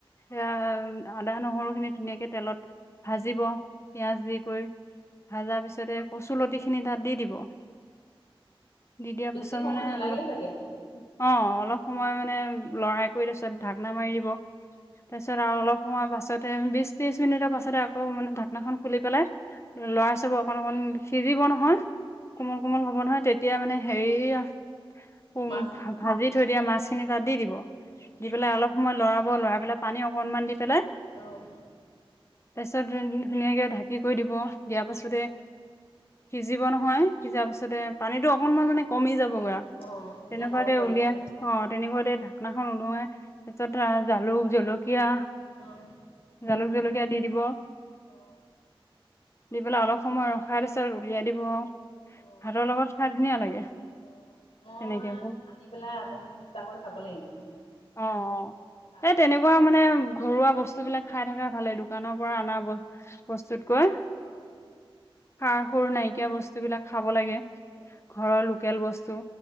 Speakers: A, on the left (about 30°); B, on the left (about 80°).
A: সেয়া আদা, নহৰুখিনি ধুনীয়াকে তেলত ভাজিব পিয়াজ দি কৰি। ভাজা পিছতে কচুলতি খিনি তাত দি দিব। ব। দি দিয়াৰ
B: বেছি
A: পাছত
B: সময়
A: মানে
B: নালাগে
A: অলপ,
B: চাগে।
A: অ', অলপ সময় মানে লৰাই কৰি তাৰপিছত, ঢাকনা মাৰি দিব। তাৰপিছত আৰু অলপ সময় পাছত তে বিশ-ত্ৰিছ মিনিটৰ পাছতে আকৌ মানে ধাক নাখন খুলি পেলাই লৰাই চাব। অকন অকণ সিজিব নহয় হয়, কোমল-কোমল হ'ব নহয় তেত তিয়া মানে হেৰিয়া উম,
B: মাছ
A: ভা-ভাজি থৈ দিয়া মাছখিনি
B: উম
A: তাত দি দিব,
B: উম
A: দি পেলাই অলপ সময় লৰাব ব, লৰাই পেলাই পানী অকনমান দি পেলাই
B: অ'।
A: তাছত <unintelligible> ধুনীয়াকৈ ঢাকি কৰি দিব আও। দিয়া পাছতে
B: অঁ
A: সিজিব নহয় নহয়। সিজা
B: অঁ
A: পিছতে পানীটো অকনমান মানে কমি যাবগৈ আও,
B: অঁ এতিয়া
A: তেনেকুৱাতে
B: খাব পাৰি
A: উলিয়াই অ' তেনেকুৱাতে ঢাকনাখন উদঙাই তাৰ পিছত জালুক, জল কীয়া,
B: অঁ
A: জালুক, জলকীয়া দি দিব।
B: অঁ
A: দি পেলাই অলপ সময় ৰখাৰ পিছত উলিয়াই দিব আৰু।
B: অঁ
A: ভাতৰ লগত খাই ধুনীয়া লাগে,
B: অঁ মই
A: তেনেকে বোৰ।
B: আনি পেলাই অকণ চেষ্টা কৰি চাব লাগিব
A: অ'
B: কেনেকে
A: অ'
B: খাই
A: এই তেনেকুৱা মানে ঘৰুৱা বস্তু বিলাক খাই থাকা ভালেই দোকানৰ পৰা অনা
B: অঁ
A: বস্তুতকৈ,
B: অ',
A: সাৰ
B: তেনেকে
A: সুৰ নাইকিয়া বস্তুবিলাক
B: অ',
A: খাব লাগে,
B: অ',
A: ঘৰৰ লোকেল বস্তু,